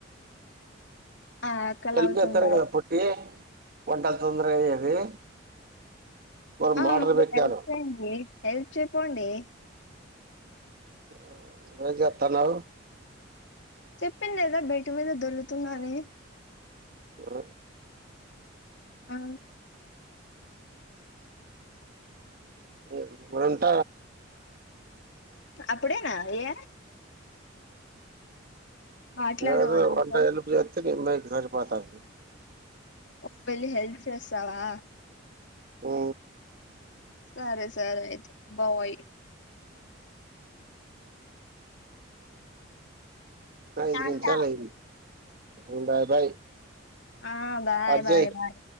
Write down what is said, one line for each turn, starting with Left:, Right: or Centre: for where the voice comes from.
Left: ఆకలి
Right: హెల్ప్
Left: అవుతుందా
Right: చెత్తరు కదా పొట్టీ వంటలు తొందర అయ్యేది వాళ్ళు
Left: ఆ
Right: మాటలు పెట్టారు
Left: హెల్ప్ చేయండి హెల్ప్ చెయిపోండి
Right: ఆ నువ్ ఏం జేత్తానావు
Left: చెప్పిన్న లేదా బెడ్ మీద దొల్లుతున్నా అని
Right: అ
Left: ఆ
Right: ఉ వంట
Left: అప్పుడేనా యే మాట్లాడవా
Right: ఏదో
Left: నాతో
Right: వంట హెల్పూ చేత్తే నిమ్మాకి సరిపోతాది
Left: ఓ వెళ్ళి హెల్ప్ చేసావా
Right: ఉ
Left: సరే సరే అయితే బాయ్
Right: ఐదు
Left: టాటా
Right: నిమిషాలు అయింది ఉండా బాయ్
Left: ఆ బాయ్
Right: కట్
Left: బాయ్
Right: జేయ్
Left: బాయ్